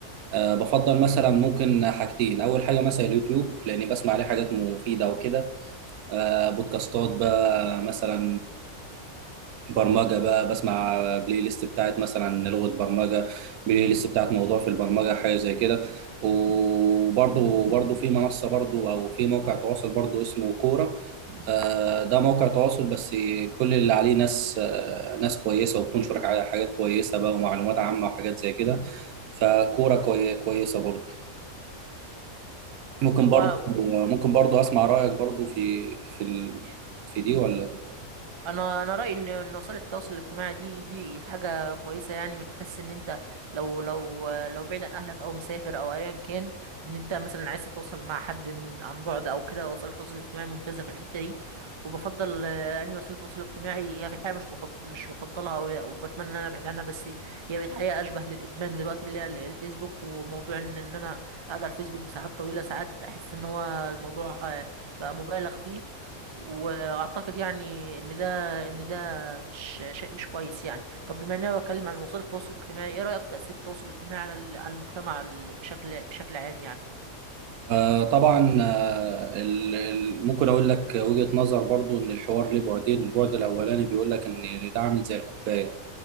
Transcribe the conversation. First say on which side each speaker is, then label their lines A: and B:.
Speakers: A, on the right; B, on the right.
A: آه، بفضل مثلا ممكن حاجتين أول حاجة مثلا اليوتيوب لأني بسمع عليه حاجات مفيدة وكده آه، بودكاستات بقى مثلا برمجة بقى بسمع بلاي ليست بتاعت مثلا لغة برمجة بلاي ليست بتاعت موضوع في البرمجة حاجة زي كده وبرضو برضو في منصة برضو أو في موقع تواصل برضو اسمه كورة آه، ده موقع تواصل بس كل اللي عليه ناس آه، ناس كويسة وبتنشر على حاجات كويسة بقى ومعلومات عامة وحاجات زي كده فكورة كوي- كويسة برضو ممكن
B: و...
A: برضو ممكن برضو أسمع رأيك برضو في في ال... في دي ولا
B: انا انا رايي ان ان وسائل التواصل الاجتماعي دي دي حاجه كويسه يعني من حيث ان انت لو لو لو بعيد عن اهلك او مسافر او ايا كان ان انت مثلا عايز تتواصل مع حد من عن بعد او كده وسائل التواصل الاجتماعي ممتازه في الحته دي وبفضل آه، اني وسيله التواصل الاجتماعي هي في الحقيقه مش بفضل مش بفضلها او او بتمنى ان انا ابعد عنها بس هي بقت حقيقه اشبه للادمان دلوقتي اللي هي ال- الفيسبوك وموضوع ان ان انا قاعد على الفيسبوك بساعات طويله ساعات احس ان هو الموضوع آه، بقى مبالغ فيه واعتقد يعني ان ده ان ده مش شيء مش كويس يعني طب بما ان انا بتكلم عن وسائل التواصل الاجتماعي ايه رايك في تاثير التواصل الاجتماعي على ال- على المجتمع ال- بشكل بشكل عام يعني
A: آه، طبعا آه، ال- ال- ممكن اقول لك وجهة نظر برضو ان الحوار ليه بعدين البعد الاولاني بيقول لك ان ده عامل زي الكوبايه